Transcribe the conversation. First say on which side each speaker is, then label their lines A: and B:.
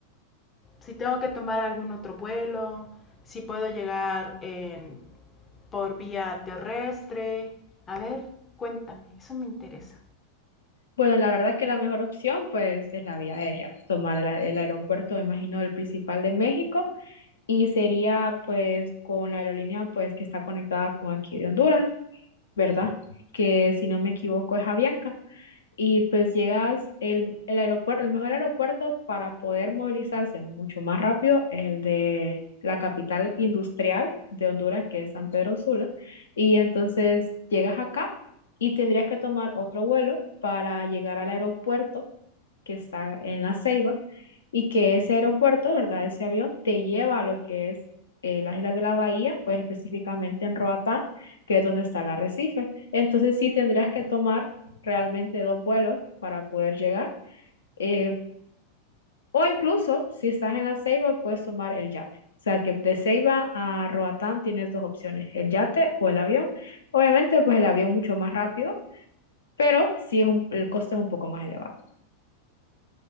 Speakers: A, on the left (about 20°); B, on the left (about 65°).
A: si tengo que tomar algún otro vuelo? si puedo llegar en por vía terrestre. A ver, cuéntame, eso me interesa.
B: Bueno, la verdad que la mejor opción pues es la vía aérea, tomar el, el aeropuerto, me imagino, el principal de México y sería pues con la aerolínea pues que está conectada con aquí de Honduras, ¿verdad? Que si no me equivoco es Avianca y pues llegas, el, el aeropuerto, el mejor aeropuerto para poder movilizarse mucho más rápido es el de la capital industrial de Honduras, que es San Pedro Sula, y entonces llegas acá y tendrías que tomar otro vuelo para llegar al aeropuerto que está en La Ceiba, y que ese aeropuerto, ¿verdad? Ese avión te lleva a lo que es eh, las Islas de la Bahía, pues específicamente en Roatán, que es donde está el arrecife. Entonces sí tendrías que tomar realmente dos vuelos para poder llegar, eh, o incluso si estás en la Ceiba, puedes tomar el yate. O sea que de Ceiba a Roatán tienes dos opciones, el yate o el avión. Obviamente, pues el avión mucho más rápido, pero sí es un- el costo es un poco más elevado.